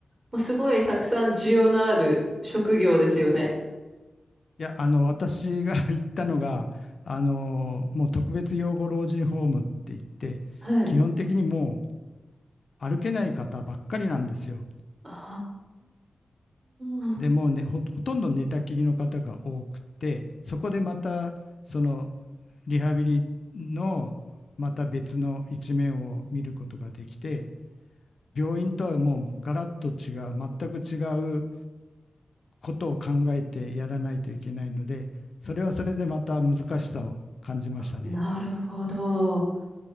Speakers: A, on the right (about 40°); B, on the left (about 65°).
A: もうすごいたくさん需要のある職業ですよね。
B: いや、あの私が <laughs> 行ったのが、あのもう特別養護老人ホームって言って、
A: はい。
B: 基本的にもう歩けない方ばっかりなんですよ。
A: ああ、
B: でもうね、ほ、ほとんど寝たきりの方が多くて、そこでまたそのリハビリのまた別の一面を見ることができて病院とはもうガラッと違う全く違うことを考えてやらないといけないのでそれはそれでまた難しさを感じましたね。
A: なるほど。